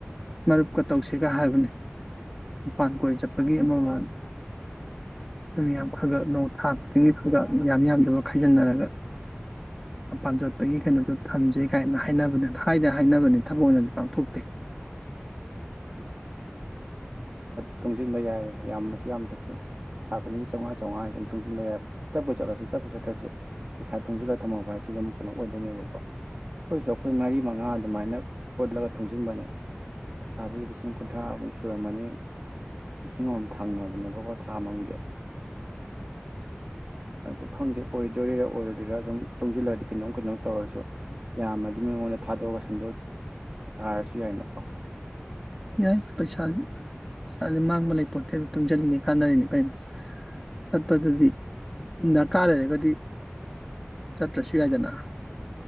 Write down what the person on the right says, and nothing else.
ꯊꯨꯡꯁꯤꯟꯕ ꯌꯥꯏ ꯌꯥꯝꯃꯁꯨ ꯌꯥꯝꯗ꯭ꯔꯁꯨ ꯊꯥ ꯈꯨꯗꯤꯡꯒꯤ ꯆꯥꯝꯃꯉꯥ ꯆꯥꯝꯉꯥ ꯍꯥꯏ ꯁꯨꯝ ꯊꯨꯡꯖꯤꯟꯕ ꯌꯥꯏ ꯆꯠꯄ ꯆꯠꯂꯁꯨ ꯆꯠꯄ ꯆꯠꯇ꯭ꯔꯁꯨ ꯏꯁꯩꯁꯥ ꯊꯨꯡꯖꯤꯜꯂꯒ ꯊꯝꯍꯧꯕ ꯍꯥꯏꯁꯤꯒ ꯑꯗꯨꯝ ꯀꯩꯅꯣ ꯑꯣꯏꯗꯣꯏꯅꯦꯕꯀꯣ ꯑꯩꯈꯣꯏꯁꯨ ꯑꯩꯈꯣꯏ ꯃꯔꯤ ꯃꯉꯥ ꯑꯗꯨꯃꯥꯏꯅ ꯄꯣꯠꯂꯒ ꯊꯨꯡ ꯕꯅꯦ ꯄꯩꯁꯥꯕꯨꯗꯤ ꯂꯤꯁꯤꯡ ꯀꯨꯟ ꯀꯨꯟꯊ꯭ꯔꯥꯃꯨꯛ ꯁꯨꯔꯝꯃꯅꯤ ꯂꯤꯁꯤꯡ ꯑꯃꯝ ꯊꯪꯅꯕꯅꯦꯕꯀꯣ ꯊꯥ ꯃꯝꯒꯤ ꯑꯗꯨ ꯈꯪꯗꯦ ꯑꯣꯏꯗꯣꯔꯤꯔꯥ ꯑꯣꯏꯔꯗꯣꯏꯔꯥ ꯗꯨꯝ ꯇꯨꯡꯁꯤꯜꯂꯑꯗꯤ ꯀꯩꯅꯣꯝ ꯀꯩꯅꯣ ꯇꯧꯔꯁꯨ ꯌꯥꯝꯃꯗꯤ ꯃꯤ ꯃꯉꯣꯟꯗ ꯊꯥꯗꯣꯛꯑꯒ ꯁꯟꯗꯣꯢ ꯆꯥꯔꯁꯨ ꯌꯥꯏꯗꯅꯀꯣ